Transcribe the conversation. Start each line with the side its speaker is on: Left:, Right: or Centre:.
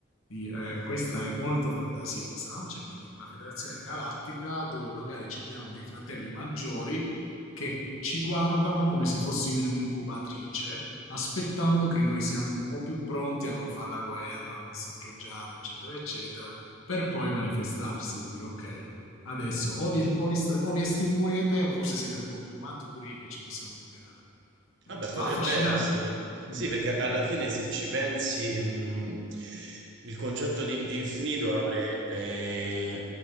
Left: di, eh,
Right: Mm.
Left: questa è molto fantasiosa, cioè quindi una federazione galattica dove magari ci abbiamo dei fratelli maggiori che ci guardano come se fossimo in un'incubatrice, aspettando che noi siamo un po' più pronti a non fare la guerra, a non saccheggiare, eccetera, eccetera, per poi manifestarsi e dire ok, adesso o
Right: Mm.
Left: vi, o vi, o vi estinguete o forse siete un po' più maturi e ci possiamo rivelare.
Right: Vabbè,
Left: Eh,
Right: potrebbe
Left: affascinante.
Right: essere.
Left: Mm,
Right: Sì, perché
Left: mm.
Right: alla fine se ci pensi, mh, il concetto di, di infinito apre eh,